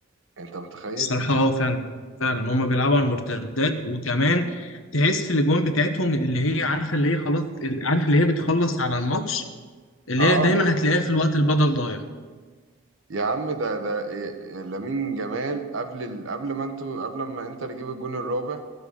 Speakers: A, on the right; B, on the left.
A: انت متخيل
B: الصراحة اه فعلا فعلا هما بيلعبوا على المرتدات وكمان تحس الاجوان بتاعتهم اللي هي عارفة اللي هي خلاص عارف اللي هي بتخلص على الماتش اللي
A: اه
B: هي دايما هتلاقيها في الوقت البدل ضايع
A: يا عم ده ده إيه- لامين جمال قبل ال... قبل ما انتوا قبل ما انتر يجيب الجون الرابع